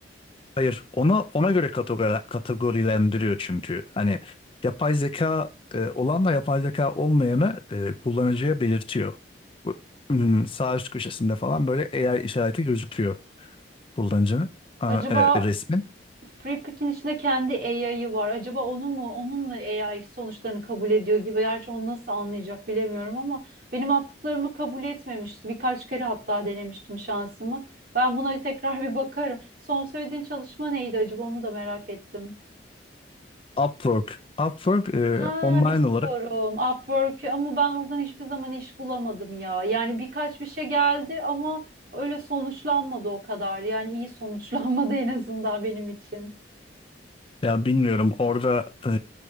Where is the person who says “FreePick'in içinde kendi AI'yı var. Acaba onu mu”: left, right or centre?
Right